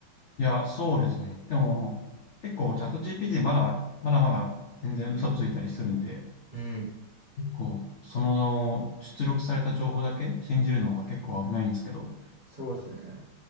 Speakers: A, on the left; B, on the right.
A: いや、そうですね。でも、結構チャット GPT まだ、まだまだ全然嘘ついたりするんで、
B: うん。
A: こう、その出力された情報だけ信じるのは結構危ないんですけど、
B: そうですね。